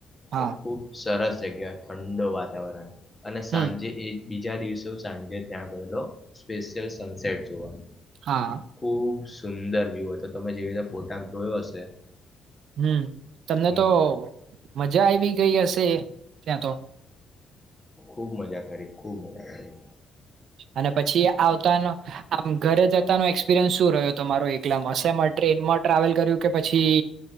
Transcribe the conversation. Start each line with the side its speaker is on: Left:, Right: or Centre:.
Right: હા
Left: એ ખુબ સરસ જગ્યા ઠંડો વાત <inaudible> અને સાંજે
Right: હમ
Left: એ બીજા દિવસે સાંજે ત્યાં ગયેલો. સ્પેશિયલ સનસેટ જોવા.
Right: હા
Left: <inaudible> સુંદર વ્યુ હતો. તમે જેવ ફો હશે.
Right: હમ્મ. તમને
Left: હમ
Right: તો. મજા આવી ગઈ હશે ત્યાં તો.
Left: ખૂબ મજા કરી ખૂબ મજા કરી.
Right: અને પછી આવતાનો આમ ઘરે જતાનો એક્સપિરિયન્સ શું રહ્યો તમારો એકલામાં સે ટ્રેનમાં ટ્રાવેલ કર્યું કે પછી